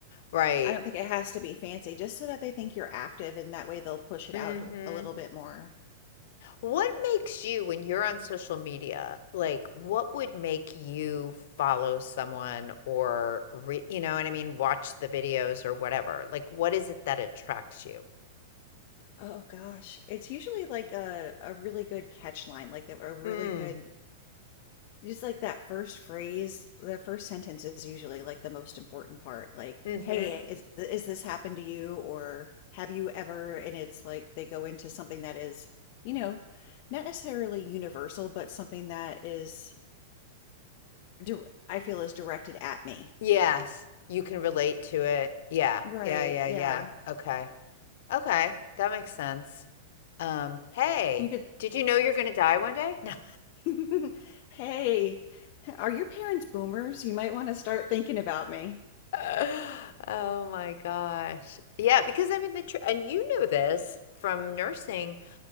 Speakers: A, on the left; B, on the left.
A: Right.
B: I don't think it has to be fancy, just so that they think you're active and that way they'll push it
A: Mm-hmm.
B: out a little bit more.
A: What makes you, when you're on social media, like what would make you follow someone or, re- you know what I mean, watch the videos or whatever? Like, what is it that attracts you?
B: Oh gosh, it's usually like a a really good catch line, like a, a really
A: Mm,
B: good just like that first phrase, the first sentence is usually like the most important part. Like,
A: mm-hmm.
B: hey, is th- is this happened to you or have you ever? And it's like they go into something that is, you know, not necessarily universal, but something that is dir- I feel is directed at me.
A: Yes, you can relate to it. Yeah,
B: Right,
A: yeah, yeah,
B: yeah.
A: yeah. Okay, okay, that makes sense. Um, hey,
B: You could
A: did you know you're gonna die one day? <laughs>
B: <laughs> Hey, are your parents boomers? You might want to start thinking about me.
A: No. Oh my gosh. Yeah, because I mean the tr and you know this from nursing